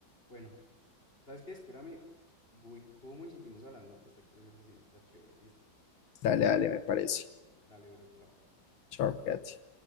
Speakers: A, on the left; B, on the left.
A: bueno, ¿Sabes qué? Espérame, voy como y seguimos hablando, que esta conversación está chévere. ¿Listo?
B: Dale, dale, me parece.
A: Dale, bro, chao.
B: Chao, cuídate.